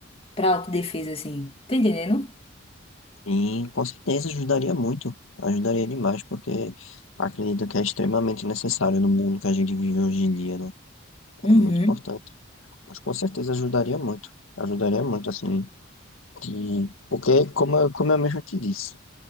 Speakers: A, on the left; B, on the left.
A: pra autodefesa, assim, tá entendendo?
B: E com certeza ajudaria muito, ajudaria demais, porque acredito que é extremamente necessário no mundo que a gente vive hoje em dia, né?
A: Uhum.
B: É muito importante. Mas com certeza ajudaria muito, ajudaria muito, assim, de... porque, como eu, como eu mesmo te disse,